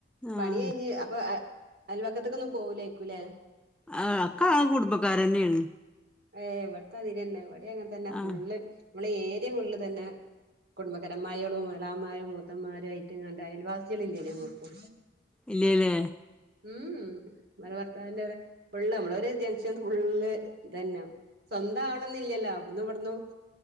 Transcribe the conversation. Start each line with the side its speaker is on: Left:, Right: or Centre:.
Centre: ആഹ്
Right: പണി കയിഞ്ഞു അപ്പൊ അയൽവക്കത്തേക്കൊന്നും പോവില്ലേരിക്കൂല്ലേ
Centre: ആഹ് ഒക്കാ കുടുംബക്കാരന്നെയാണ്
Right: ഏഹ് ഇവിട്ത്തെ ആതിരെന്നെ ഇവിടെ അങ്ങനെ തന്നെ ഫുള്ള്
Centre: ആഹ്
Right: നമ്മളെ ഏരിയ ഫുള്ള് ഇതെന്നെ കുടുംബക്കരമ്മായികളും എളാമാരും മൂത്തന്മാരും ആയിട്ട് ഇങ്ങാണ്ട് അയൽവാസികളില്ലേ ഞമുക്ക്
Centre: ഇല്ല്യ ല്ലേ
Right: ഉം മ്മടെ ഭർത്താവിറെകൂടെ ഫുള്ള് നമ്മളൊ ഒരു ജംഗഷൻ ഫുള്ള് തന്നെ സ്വന്തം ആവണം എന്നില്ലല്ലോ അവിടന്ന് ഇവിടന്ന്